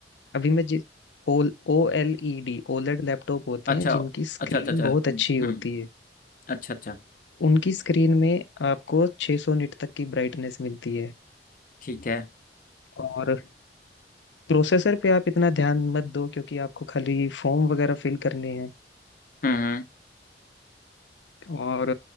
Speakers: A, on the left (about 85°); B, on the left (about 50°).
A: अभी मैं जिस ओल ओ एल ई डी ओलेड लैपटॉप होते
B: अच्छा
A: हैं जिनकी स्क्रीन
B: अच्छा अच्छा अच्छा
A: बहुत
B: हम्म
A: अच्छी होती
B: हम्म,
A: है
B: अच्छा अच्छा
A: उनकी स्क्रीन में आपको 600 सौ निट तक की ब्राइटनेस मिलती है
B: ठीक है
A: और प्रोसेसर पे आप इतना ध्यान मत दो क्योंकि आपको खाली फॉर्म वगैरह फिल करने हैं
B: हम्म हम्म
A: और